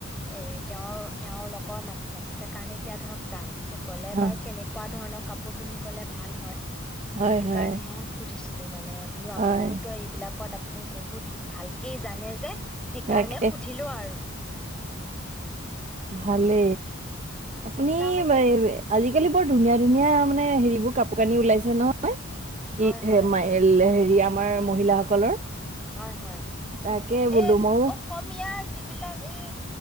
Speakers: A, in the centre; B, on the right.
A: এ তেওঁৰ এওঁৰ লগৰ মা মাতিছে কাৰণে এতিয়া ধৰক যাম এতিয়া ক'লে
B: অ
A: বাৰু কেনেকুৱা ধৰণৰ কাপোৰ পিন্ধি গলে ভাল হয়
B: হয়,
A: সেইটো
B: হয়,
A: কাৰণেহে উঠিছিলোঁ মানে বোলো
B: হয়।
A: আপুনিও তো এইবিলাকত আপুনি বহুত ভালকেই জানে যে সেইকাৰণে
B: তাকে।
A: সুধিলো আৰু
B: ভালে আপুনি
A: তাৰমানে
B: আজি আজিকালি বৰ ধুনীয়া ধুনীয়া মানে হেৰিবোৰ কাপোৰ কানি ওলাইছে ন
A: হয়
B: ে
A: হয়
B: <unintelligible> ম হেৰি আমাৰ মহিলাসকলৰ
A: হয় হয়
B: তাকে বোলো
A: এই
B: ময়ো
A: অসমীয়াৰ যিবিলাক এই